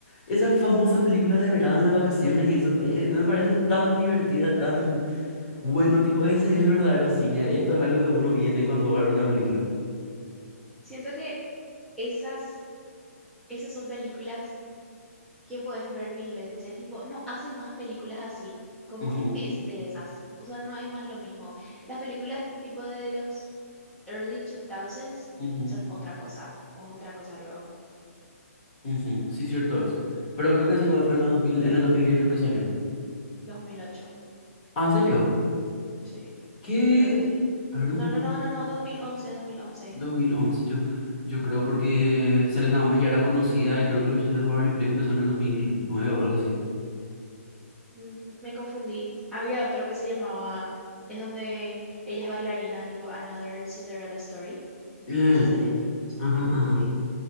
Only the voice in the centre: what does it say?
Siento que esas, esas son películas que puedes ver mil veces, tipo, no hacen más películas así como
es de esas. O sea, no es más lo mismo. Las películas tipo de los early 2000s
son otra cosa, otra cosa luego.
2008.
sí,
creo que sí.
No,
no, no, no, no, Dos dos mil once dos mil once.
Ujú, Me confundí. Había otro que se llamaba, es donde ella es bailarina, tipo Another Cinderella Story.
Esa salió en 2008.
Me confundí.